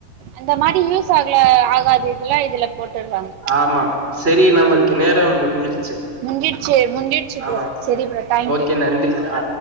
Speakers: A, on the right; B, on the right.
A: அந்த மாரி யூஸ் ஆகல ஆகாது எல்லா இதுல போட்டுறாங்க
B: ஆமா சரி நம்மளுக்கு நேரம் முடிஞ்சிடுச்சு
A: முஞ்சிச்சு முஞ்சிச்சு ப்ரோ
B: ஆமா
A: சரி ப்ரோ தேங்க்யூ
B: ஓகே நன்றி ஆ